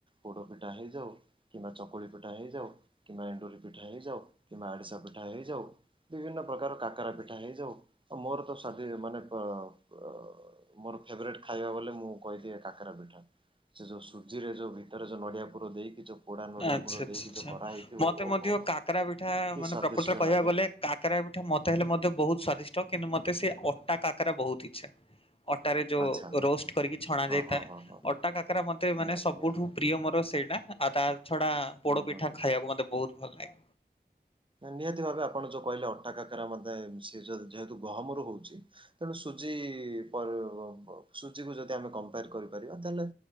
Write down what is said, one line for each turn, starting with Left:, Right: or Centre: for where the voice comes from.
Right: ପୋଡ଼ପିଠା ହେଇଯାଉ କିମ୍ବା ଚକୁଳି ପିଠା ହେଇଯାଉ କିମ୍ବା ଏ ଣ୍ଡୁରୀ ପିଠା ହେଇଯାଉ କିମ୍ବା ଆରିସା ପି ବିଭିନ୍ନ ପ୍ରକାର କାକରା ପିଠା ହେଇଯାଉ ଓ ମୋର ତ ସ୍ବାଦୀ ମାନେ ପ ୱ ମୋର ଫେବରେଟ୍ ଖାଇବା ବୋଲେ ମୁଁ କହିଲି ଏ କାକରା ପିଠା। ସେ ଯୋଉ ସୁଜିରେ ଯୋଉ ଭିତରେ ଯୋଉ ନଡ଼ିଆ ପୁର ଦେଇକି ଯୋଉ ପୋଡା ନଡିଆ
Left: ଆଚ୍ଛା
Right: ପୁର
Left: ଆଚ୍ଛା
Right: ଦେଇକି ଯୋଉ
Left: ଛା
Right: କରାହେଇଥିବ
Left: ମତେ
Right: ଓହୋ
Left: ମଧ୍ୟ
Right: ହୋ
Left: କାକରା ପିଠା
Right: କି
Left: ମାନେ
Right: ସ୍ଵାଦିଷ୍ଟ
Left: ପ୍ରକୃତରେ କହିବା
Right: ଲାଗେ
Left: ଗଲେ କାକରା ପିଠା ମତେ ହେଲେ ମଧ୍ୟ ବହୁତ ସ୍ଵାଦିଷ୍ଟ କିନ୍ତୁ ମତେ ସେ ଅଟା କାକରା ବହୁତ ଇଚ୍ଛା। ଅଟାରେ ଯୋଉ
Right: ଆଚ୍ଛା
Left: ରୋଷ୍ଟ କରିକି ଛଣା
Right: ହଁ
Left: ଯାଇଥାଏ।
Right: ହଁ ହଁ ହଁ
Left: ଅଟା କାକରା ମତେ ମାନେ
Right: ନିହାତି
Left: ସବୁଠୁ
Right: ନିହାତି
Left: ପ୍ରିୟ ମୋର ସେଇଟା ଆଉ ତା ଛଡ଼ା ପୋଡ଼ପିଠା
Right: ହୁଁ ହୁଁ ହୁଁ।
Left: ଖାଇବାକୁ ମତେ ବୋହୁତ ଭଲ ଲାଗେ।
Right: ନିହାତି ଭାବେ ଆପଣ ଯୋଉ କହିଲେ ଅଟା କାକାରା ମତେ ସେ ଯ ଯେହେତୁ ଗହମରୁ ହଉଛି ତେଣୁ ସୁଜି <unintelligible> ସୁଜିକୁ ଯଦି ଆମେ କମ୍ପେୟାର କରିପାରିବା ତାହେଲେ